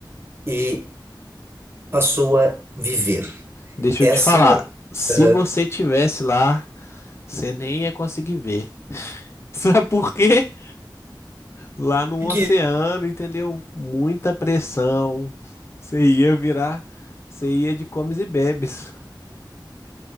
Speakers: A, on the right; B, on the left.
A: e passou a viver.
B: Deixa
A: Essa
B: eu te falar,
A: é a...
B: se
A: Aham.
B: você tivesse lá, você nem ia conseguir ver. <laughs> Sabe por quê? Lá no
A: <laughs>
B: oceano,
A: que
B: entendeu? Muita pressão. Você ia virar, você ia de comes e bebes.